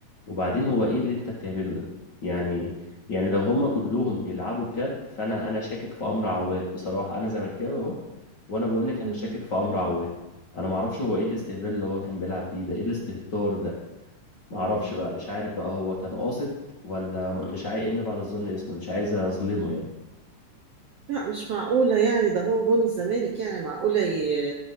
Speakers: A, on the left; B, on the right.
A: وبعدين هو ايه اللي انت بتعمله ده يعني يعني لو هما كلهم بيلعبوا بجد فانا انا شاكك في امر عواد بصراحة انا زملكاوي اهو وانا بقول لك
B: مم.
A: انا شاكك في امر عواد انا ما اعرفش هو ايه الاستهبال اللي هو كان بيلعب بيه ده ايه الاستهتار ده ما
B: مم.
A: اعرفش بقى مش عارف بقى هو كان قاصد ولا م- مش عايز ان بعد الظن اسمه مش عايز اظلمه يعني
B: لا مش معقوله يعني ده هو جون الزمالك يعني معقوله ي...